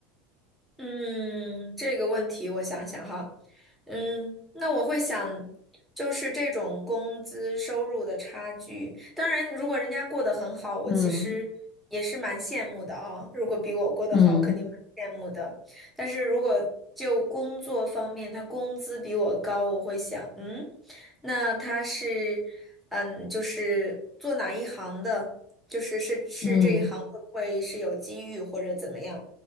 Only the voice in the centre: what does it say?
嗯，这个问题我想想哈，嗯，那我会想，就是这种工资收入的差距。当然，如果人家过得很好，我其实也是蛮羡慕的啊。
如果比我过得好，
肯定蛮羡慕的。但是如果就工作方面，他工资比我高，我会想，嗯，那他是，嗯，就是做哪一行的？就是是是这一行会不会是有机遇或者怎么样？